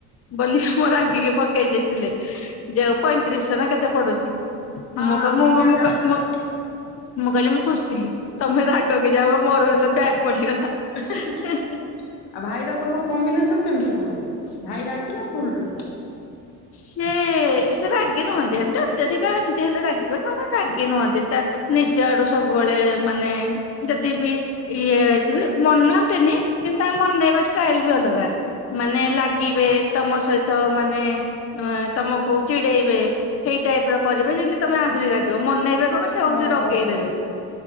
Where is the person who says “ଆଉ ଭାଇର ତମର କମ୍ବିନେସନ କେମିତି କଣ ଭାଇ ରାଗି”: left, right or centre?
Left